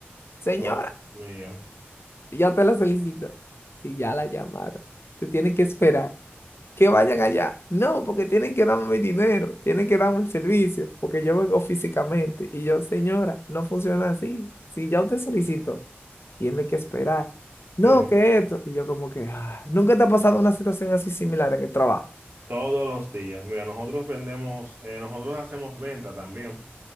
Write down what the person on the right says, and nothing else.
Oh, Dios mío.
Sí,
todos los días. Mira, nosotros vendemos, eh, nosotros hacemos venta también.